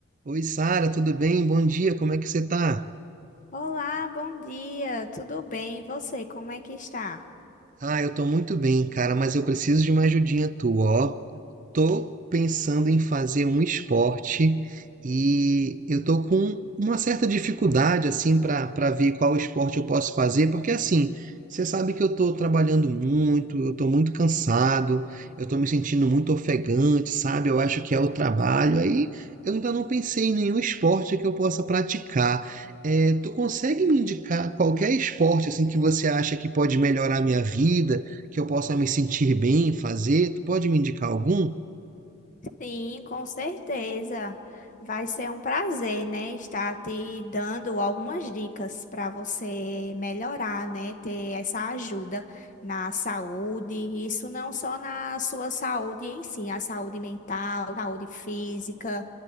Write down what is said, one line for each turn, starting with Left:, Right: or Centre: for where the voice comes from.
Right: Oi, Sara, tudo bem? Bom dia, como é que você tá?
Left: Olá, bom dia, tudo bem? E você, como é que está?
Right: Ah, eu tô muito bem, cara, mas eu preciso de uma ajudinha tua, ó. Tô pensando em fazer um esporte e eu tô com uma certa dificuldade assim para para ver qual esporte eu posso fazer, porque assim, você sabe que eu tô trabalhando muito, eu tô muito cansado, eu tô me sentindo muito ofegante, sabe? Eu acho que é o trabalho. Aí eu ainda não pensei em nenhum esporte que eu possa praticar. Eh, tu consegue me indicar qualquer esporte assim que você acha que pode melhorar a minha vida, que eu possa me sentir bem em fazer? Tu pode me indicar algum?
Left: Sim, com certeza. Vai ser um prazer, né, estar te dando algumas dicas para você melhorar, né, ter essa ajuda na saúde, isso não só na sua saúde em si, a saúde mental, saúde física,